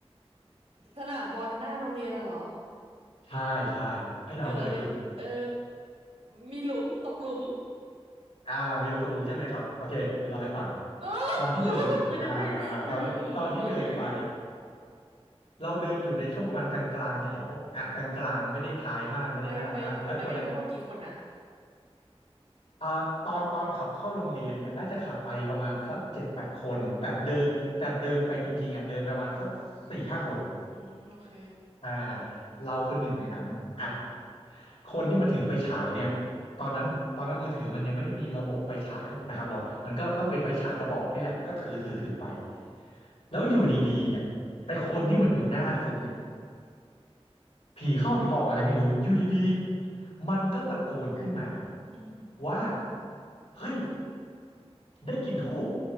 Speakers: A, on the right; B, on the left.
A: สนามบอลหน้าโรงเรียนอะเหรอ
B: ใช่ใช่ให้เดาว่าเกิดอะไรขึ้น
A: เกิดอะไรเออมีหลุมตกหลุม
B: อ่ามีรูตะลุงใช่ไหมครับโอเคเดี๋ยวเล่าให้ฟัง
A: เออกลัวไม่ได้ไม่ไม่อืมโอเคโอเค
B: ตอนที่เดินอ่าอ่าตอนตอนที่เดินไปเราเดินอยู่ในช่วงประมาณกลางๆแถวอ่ากลางๆไม่ได้ท้ายมากไม่ได้หน้ามากและคนละ
A: ไปไปไปกันทั้งหมดกี่คนนะ
B: อ่าตอนตอนขับเข้าโรงเรียนเนี่ยน่าจะขับไปประมาณสักเจ็ดแปดคนแต่เดินแต่เดินไปจริงๆอ่ะเดินประมาณสักสี่ห้าคน
A: เอออืมโอเค
B: อ่าเราคือหนึ่งในนั้นอ่ะ คนที่มันถือไฟฉายเนี่ยตอนนั้นตอนนั้นมือถือมันยังไม่ได้มีระบบไฟฉายนะครับเรามันก็ต้องเป็นไฟฉายกระบอกนี่แหละก็ถือถือถือไป
A: เออ
B: แล้วอยู่ดีๆเนี่ยไอ้คนที่มันอยู่หน้าสุดเนี่ยผีเข้าผีออกอะไรไม่รู้อยู่ดีๆมันก็ตะโกนขึ้นมา
A: อืม
B: ว่าเฮ้ยได้กลิ่นธูป